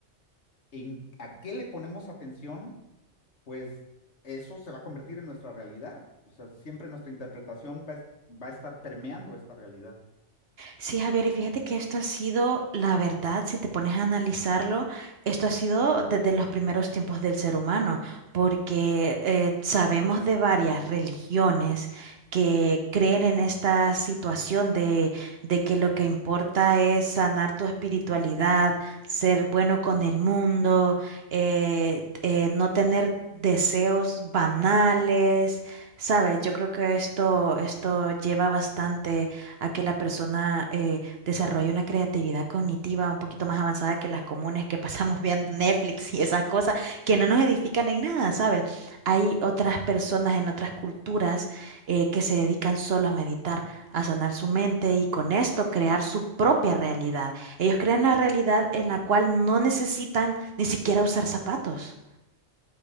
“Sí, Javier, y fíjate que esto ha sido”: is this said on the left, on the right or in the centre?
Right